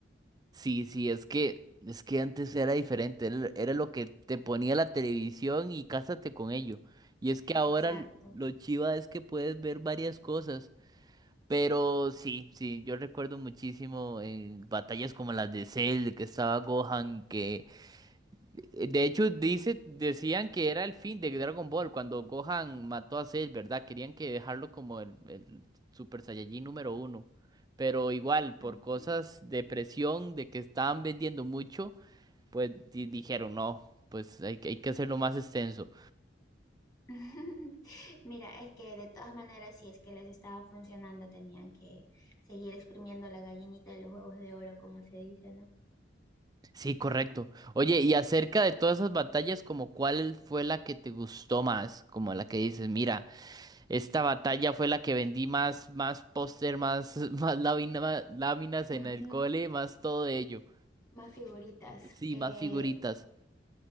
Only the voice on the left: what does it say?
Exacto.
Mm.
<laughs> Mira, es que de todas maneras, si es que les estaba funcionando, tenían que seguir exprimiendo la gallinita de los huevos de oro, como se dice, ¿no?
<laughs>
Más figuritas.
Eh,